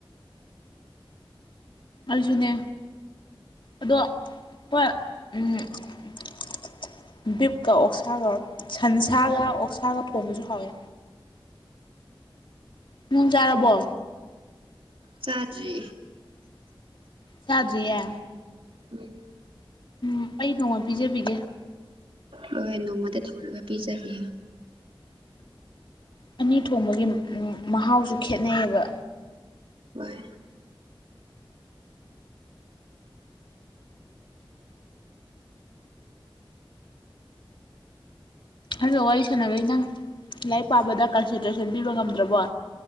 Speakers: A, on the left; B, on the right.
A: ꯑꯔꯖꯨꯅꯦ ꯑꯗꯣ ꯍꯣꯏ ꯎ ꯕꯤꯛꯀ ꯑꯣꯛꯁꯥꯒ ꯁꯟꯁꯥꯒ ꯑꯣꯛꯁꯥꯒ ꯊꯣꯡꯕꯁꯨ ꯍꯥꯎꯋꯦ ꯅꯨꯡꯣꯡ ꯆꯥꯔꯕꯣ
B: ꯆꯥꯇ꯭ꯔꯤ
A: ꯁꯥꯗꯤꯌꯦ
B: ꯎꯝ
A: ꯎ ꯑꯩ ꯅꯣꯡꯃ ꯄꯤꯖꯕꯤꯒꯦ
B: ꯍꯣꯏ ꯍꯣꯏ ꯅꯣꯡꯃꯗ ꯊꯣꯡꯂꯒ ꯄꯤꯖꯒ
A: ꯑꯅꯤ ꯊꯣꯡꯕꯒꯤ ꯃꯍꯥꯎꯁꯨ ꯈꯦꯠꯅꯩꯌꯦꯕ
B: ꯍꯣꯏ
A: ꯍꯥꯏꯕ ꯋꯥꯔꯤ ꯁꯥꯟꯅꯕꯩ ꯅꯪ ꯂꯥꯏꯔꯤꯛ ꯄꯥꯕꯗ ꯀꯟꯁꯦꯟꯇ꯭ꯔꯦꯁꯟ ꯄꯤꯕ ꯉꯝꯗ꯭ꯔꯕꯣ